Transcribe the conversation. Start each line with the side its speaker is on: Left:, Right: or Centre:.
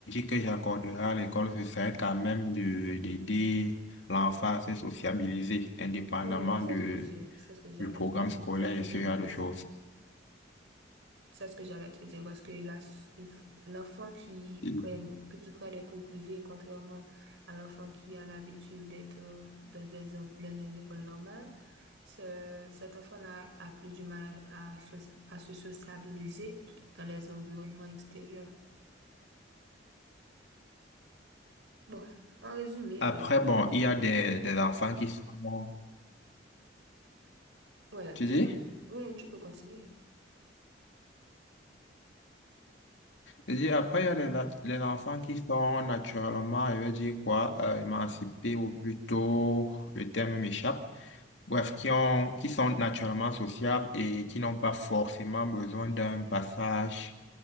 Left: que j'accorderai à l'école, ce serait quand même de, d'aider l'enfant à se sociabiliser, indépendamment
Right: Oui, hein, c'est
Left: de,
Right: ce que j'ai, c'est ce que j'allais
Left: du programme
Right: te dire.
Left: scolaire
Right: C'est ce que
Left: et
Right: j'allais
Left: ce genre
Right: te
Left: de
Right: dire.
Left: choses.
Right: C'est ce que j'allais te dire parce que la- il f- l'enfant qui
Left: Mm.
Right: prend, qui prend des cours privés, contrairement à l'enfant qui a l'habitude d'être euh, dans des, en- dans des écoles normales, ce- cet enfant-là a plus du mal à, à, socia- à se sociabiliser dans les environnements extérieurs. Bon, en résumé,
Left: Après,
Right: l'école.
Left: bon, il y a des, des enfants qui sont,
Right: Ouais,
Left: tu
Right: je
Left: dis?
Right: vois. Oui, tu peux continuer.
Left: Je dis, après, il y a des, nat- des enfants qui sont naturellement, je vais dire quoi, euh, émancipés ou plutôt, le terme m'échappe. Bref, qui ont, qui sont naturellement sociables et qui n'ont pas forcément besoin d'un passage